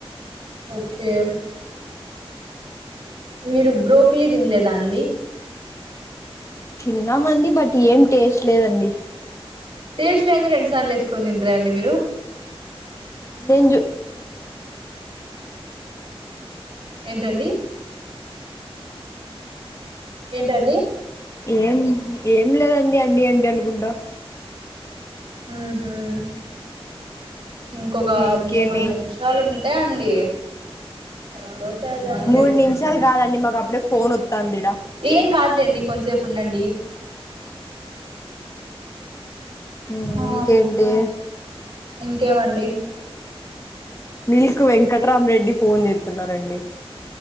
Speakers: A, on the right; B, on the left.
A: ఓకే మీరు బ్రోక్లీ తినలేదా అండి?
B: తిన్నామండి బట్ ఏం టేస్ట్ లేదండి
A: టేస్లో అయితే రెండు సార్లు వేసుకొని తింటార అండి మీరు?
B: నేను చూ
A: ఏంటండి ఏంటండి
B: ఏమిటి ఏం లేదండి అండి అండి అనుకుంటా
A: మ్మ్ హ్మ్ ఇంకొక
B: ఇంకేమి
A: మూడు నిమిషాలు ఉంటే అండి అయిపోతదండి
B: మూడు నిమిషాలు కాదండి మాకు అప్పుడే ఫోన్ వత్తాంది ఈడ
A: ఏం కాదులేండి కొంతసేపు ఉండండి.
B: ఊ
A: ఆ
B: ఇంకేంటి?
A: ఇంకేమండి
B: మీల్క్ వెంకట్రాం రెడ్డి ఫోన్ చేస్తున్నారండి.